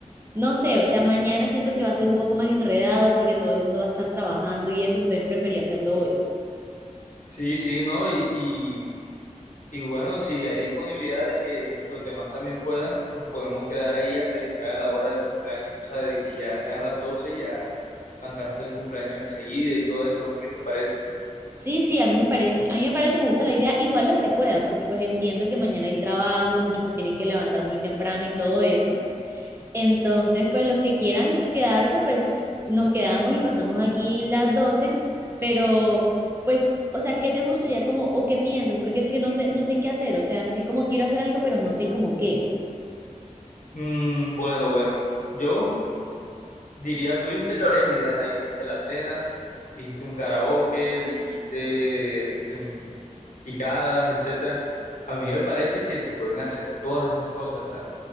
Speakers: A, on the right; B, on the left.
A: no sé, o sea, mañana siento que va a ser un poco más enredado porque todo el mundo va a estar trabajando y eso, entonces prefería hacerlo hoy.
B: Sí, sí, ¿no? Y, y, y bueno, si hay disponibilidad de que los demás también puedan, nos podemos quedar ahí hasta que se haga la hora del cumpleaños, o sea, de que ya sean las 12 y ya cantarte el cumpleaños enseguida y todo eso, no sé qué te parece.
A: Sí, sí, a mí me parece, a mí me parece, me gusta la idea, igual los que puedan, porque pues entiendo que mañana hay trabajo, muchos se tienen que levantar muy temprano y todo eso. Entonces, pues los que quieran quedarse, pues nos quedamos y pasamos aquí las doce pero pues, o sea, ¿qué te gustaría como o qué piensas? Porque es que no sé, no sé qué hacer, o sea, estoy como quiero hacer algo, pero no sé como qué.
B: Mm, bueno, bueno, yo diría, tú dijiste varias ideas ahí, dijiste la cena, dijiste un karaoke, dijiste em, picadas, etcétera. A mí me parece que se pueden hacer todas esas cosas, o sea,